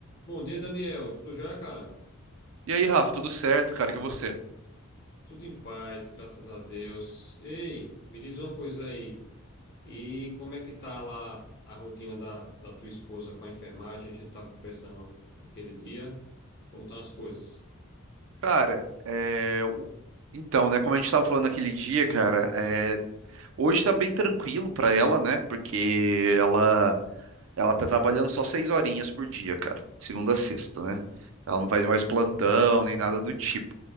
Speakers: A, on the left (about 45°); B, on the right (about 65°).
A: Bom dia, Daniel. Tudo já, cara?
B: E aí, Rafa, tudo certo, cara? Que você?
A: Tudo em paz, graças a Deus. Ei, me diz uma coisa aí. E como é que tá lá a rotina da, da tua esposa com a enfermagem? A gente tava conversando naquele dia. Como estão as coisas?
B: Cara, é, o- então, né? Como a gente estava falando naquele dia, cara, é, hoje tá bem tranquilo pra ela, né? Porque ela ela tá trabalhando só seis horinhas por dia, cara, segunda a sexta, né? Ela não faz mais plantão nem nada do tipo.